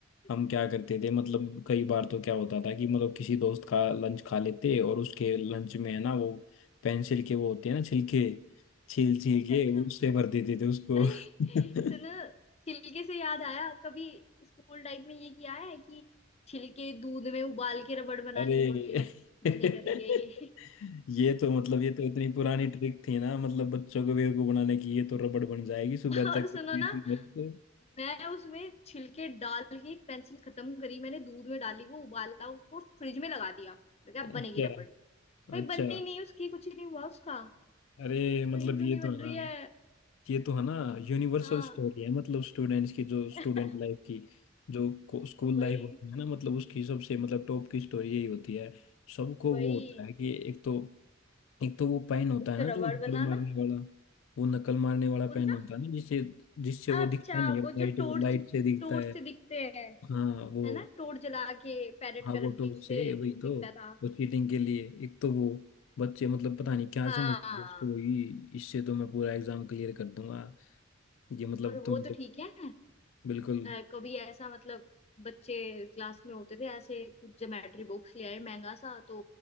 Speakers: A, on the left; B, on the left.
A: <laughs>
B: हम क्या करते थे मतलब कई बार तो क्या होता था कि मतलब किसी दोस्त का लंच खा लेते और उसके लंच में है ना वो पेंसिल के वो होते हैं ना छिलके छील छील
A: अच्छा
B: के
A: अच्छा
B: उससे भर देते थे उसको
A: अरे
B: <laughs>
A: सुनो छिलके से याद आया कभी स्कूल टाइम में ये किया है कि छिलके दूध में उबाल के रबड़ बनाने
B: अरे
A: की कोशिश मैंने
B: <laughs>
A: करी है ये
B: ये तो मतलब ये तो इतनी पुरानी ट्रिक थी ना मतलब बच्चों को बेवकूफ बनाने की ये तो रबड़ बन जाएगी सुबह
A: <laughs>
B: तक
A: और सुनो ना
B: तो
A: मैं उसमें छिलके डाल के एक पेंसिल खत्म करी मैंने दूध में डाली वो उबाला उसको फ्रिज में लगा दिया मैं क्या
B: अच्छा
A: बनेगी रबड़ भाई
B: अच्छा
A: बनी नहीं उसकी कुछ नहीं हुआ उसका
B: अरे मतलब
A: ये क्यों
B: ये
A: नहीं
B: तो
A: बन
B: है
A: रही है
B: ना ये तो है ना यूनिवर्सल
A: हाँ
B: स्टोरी है मतलब स्टूडेंट्स की जो स्टूडेंट
A: <laughs>
B: लाइफ की जो स्कूल
A: वही
B: लाइफ होती है ना मतलब उसकी सबसे मतलब टॉप की स्टोरी यही होती है सबको
A: वही
B: वो होता है कि एक तो एक तो वो पेन होता
A: एक
B: है
A: तो
B: ना जो
A: रबड़
B: नकल
A: बनाना
B: मारने वाला वो नकल मारने वाला
A: कौन
B: पेन
A: सा
B: होता है ना जिससे जिससे वो
A: अच्छा
B: दिखता नहीं है
A: वो
B: लाइट
A: जो टोर्च
B: लाइट से दिखता
A: टोर्च
B: है
A: से दिखते हैं
B: हाँ वो
A: है ना टोर्च जला के पैरेट
B: हाँ
A: कलर
B: वो
A: की
B: टॉर्च
A: उससे
B: से वही तो
A: दिखता था
B: वो चीटिंग के लिए एक तो वो बच्चे मतलब पता नहीं क्या
A: हाँ
B: समझते हैं उसको वही इससे तो मैं पूरा एग्जाम क्लियर कर दूंगा ये मतलब
A: और वो
B: तो मतलब
A: तो ठीक है
B: बिल्कुल
A: अ, कभी ऐसा मतलब बच्चे क्लास में होते थे ऐसे ज्योमेट्री बॉक्स ले आए महंगा सा तो